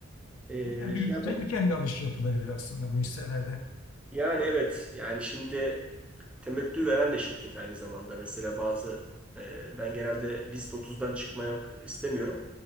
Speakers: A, in the centre; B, on the left (about 80°).
A: E,
B: Yani
A: şey
B: yükselirken
A: yapalım.
B: de alış yapılabilir aslında bu hisselerde.
A: Yani evet yani şimdi Temettü veren de şirket aynı zamanda. Mesela bazı e, ben genelde BIST 30'dan çıkmak istemiyorum.